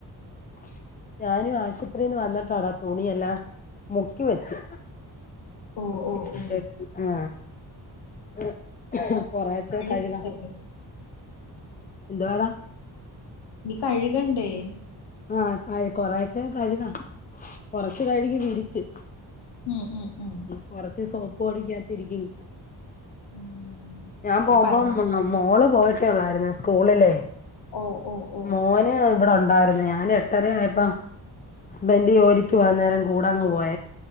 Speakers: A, on the left; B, on the left.
A: <unintelligible> ഞാനും ആശുത്രീന്ന് വന്നിട്ടാടാ തുണിയെല്ലാ മുക്കി വെച്ചു
B: ഓ
A: മുക്കി
B: ഓ ഓ
A: ആ ആ കൊറേച്ച
B: കഴുകണ്ടേ
A: കഴുക എന്തുവാടാ
B: ഇനി കഴ്കണ്ടേ
A: ആ കൊറേച്ച കഴുക കൊറച്ച് കഴുകി വിരിച്ച്
B: ഉം ഉം ഉം
A: കൊറച്ച് സോ പൊടിക്കായ്ത്തിരിക്കിൻ
B: ഉം
A: ഞാൻ പോമ്പം
B: ഈ പനി
A: മോള് പോയിട്ടേ ഉള്ളായിരുന്നു സ്കൂളില്
B: ഓ ഓ ഓ
A: മോന് ഇവിടെൻ ഉണ്ടായിരുന്നു ഞാൻ എട്ടര ആയപ്പോ ഹസ്ബൻഡ് ജേലിക്പോകുന്നേരം കൂടാങ്ങ് പോയ